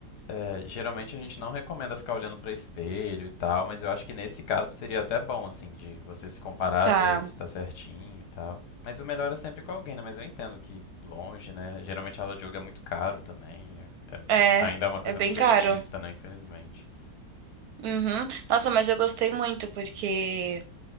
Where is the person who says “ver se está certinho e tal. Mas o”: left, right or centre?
Left